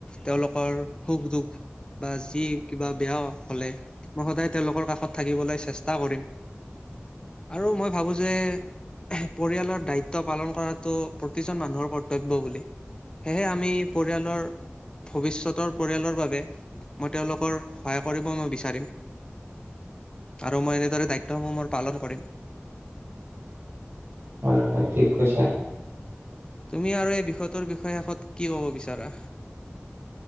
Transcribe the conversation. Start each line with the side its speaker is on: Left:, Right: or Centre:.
Left: তেওঁলোকৰ সুখ দুখ। বা যি কিবা বেয়া হলে, মই সদায় তেওঁলোকৰ কাষত। থাকিবলৈ চেষ্টা কৰিম আৰু মই ভাবোঁ যে। পৰিয়ালৰ দায়িত্ব পালন কৰাটো প্ৰতিজন মানুহৰ কৰ্তব্য বুলি। সেয়েহে আমি পৰিয়ালৰ। ভৱিষ্যতৰ পৰিয়ালৰ বাবে, মই তেওঁলোকৰ সহায় কৰিব মই বিচাৰিম। আৰু মই এনেদৰে দায়িত্বসমূহ মোৰ পালন কৰিম।
Right: হয় হয়, ঠিক কৈছা।
Left: তুমি আৰু এই বিষয়টোৰ বিষয়ে শেষত কি ক'ব বিচাৰা?